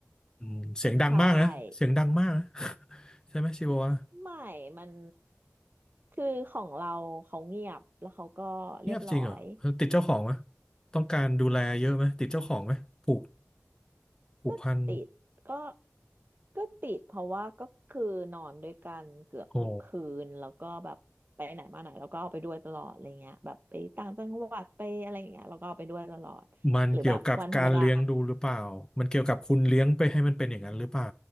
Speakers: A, on the left; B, on the right.
A: ืมเสียงดังมากนะเสียงดังมากนะ
B: ใช่
A: <laughs> ใช่ไหมชิวาว่า
B: ไม่มันคือของเราเขาเงียบแล้วเขาก็เรียบร้อย
A: เงียบจริงเหรอเออติดเจ้าของไหมต้องการดูแลเยอะไหมติดเจ้าของไหมผูกผูกพัน
B: ก็ติดก็ก็ติดเพราะว่าก็คือนอนด้วยกันเกือบทุกคืนแล้วก็แบบไปไหนมาไหนเราก็เอาไปด้วยตลอดอะไรเงี้ยแบบไปต่างจังหวัดไปอะไรอย่างเงี้ยเราก็เอาไปด้วยตลอดหรือแบบวันธรรมดา
A: โอ้มันเกี่ยวกับการเลี้ยงดูหรือเปล่ามันเกี่ยวกับคุณเลี้ยงไปให้มันเป็นอย่างนั้นหรือเปล่า